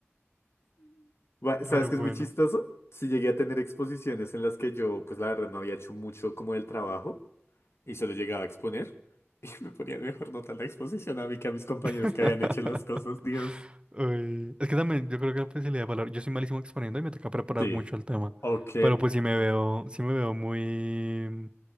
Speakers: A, on the left (about 65°); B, on the right (about 25°).
A: Gua-
B: <laughs>
A: ¿Sabes
B: Pero
A: qué
B: bueno.
A: es muy chistoso? Si llegué a tener exposiciones en las que yo, pues la verdad, no había hecho mucho como del trabajo y solo llegaba a exponer <laughs> y me ponían mejor nota en la exposición a mí que a mis compañeros
B: <laughs>
A: que habían hecho las cosas, Dios.
B: Uy, Es que también yo creo que la facilidad de palabra. Yo soy malísimo exponiendo y me toca preparar
A: Sí.
B: mucho el tema.
A: Ok.
B: Pero pues si me veo, si me veo muy,